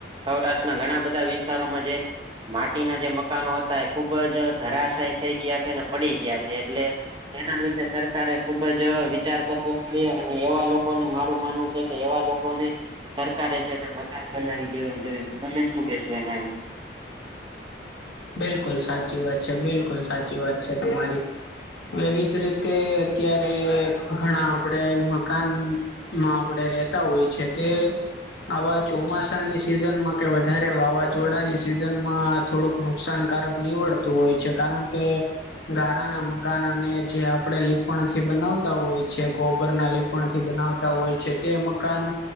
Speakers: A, on the right; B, on the left.
A: સૌરાષ્ટ્રના ઘણા બધા વિસ્તારોમાં જે પાટી ના જે મકાનો હતા એ ખુબ જ ધરાશાયી થઈ ગયા છે અને પડી ગયા છે એટલે એના વિશે સરકારે ખુબ જ વિચાર કરવો જોઈએ અને એવા લોકો લોકોને મારું માનવું છે કે એવા લોકોને સરકારે છે ત મકાન બનાવી દેવા જોઈએ તો તમે શું કેશો એના આવી?
B: બિલકુલ સાચી વાત છે બિલકુલ સાચી વાત છે તમારી એવી જ રીતે અત્યારે ઘણા આપડે મકાન માં આપણેે રતા હોય છે તે આવા ચોમાસાની સિઝનમાં કે વધારે વાવાઝોડાની સિઝન માં થોડુંક નુકસાનકારક નીવડતું હોય છે કારણ કે ગારા ના મકાન અને જે આપણે લીપણથી બનાવતા હોય છે ગોબર ના લ થી બનાવતા હોય છે તે મકાન